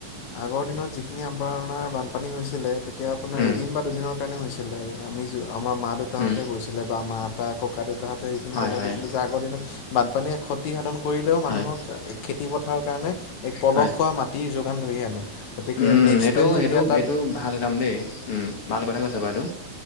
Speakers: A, on the left; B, on the left.
A: আগৰ দিনত যিখিনি আমাৰ বানপানী হৈছিলে। এতিয়া আপোনাৰ
B: উম
A: এদিন বা দুদিনৰ কাৰণে হৈছিলে আমি যোৱা আমাৰ মা দেউতাহতে
B: উম
A: গৈছিলে বা আমাৰ আটা ককা দেউতাহঁতে এইখিনি
B: হয়
A: কথা
B: হয়
A: কৈছিলে যে আগৰ দিনত, বানপানীয়ে ক্ষতি সাধন কৰিলেও
B: হয়
A: মানুহৰ খেতি পথাৰৰ কাৰণে এক পলস
B: হয়
A: হোৱা মাটিৰ ধৰি আনে। গতিকে
B: উম,
A: নেক্সট
B: সেইটো-সেইটো
A: টাইম যেতিয়া তাত
B: এইটো ভাল কাম দেই উম, ভাল কথা কৈছ বাৰু এইটো।